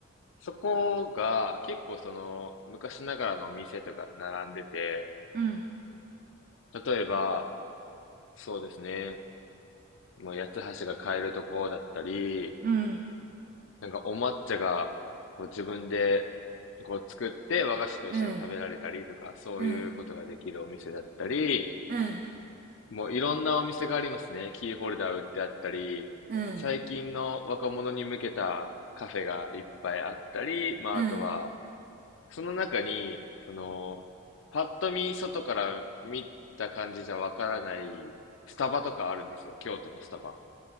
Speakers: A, on the left; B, on the right.
A: そこが結構その昔ながらの店とか並んでて、
B: うん。
A: 例えば、そうですね、もう八つ橋が買えるとこだったり、
B: うん。
A: なんかお抹茶がこう自分でこう作って和菓子と一緒に食べられたりとか、
B: うん。
A: そういうことができるお店だったり、
B: うん。うん。
A: もういろんなお店がありますね。キーホルダー売ってあったり、
B: うん。
A: 最近の若者に向けたカフェがいっぱいあったり、まああとは、
B: うん。
A: その中に、その、パッと見、外から見た感じじゃわからないスタバとかあるんですよ。京都のスタバ。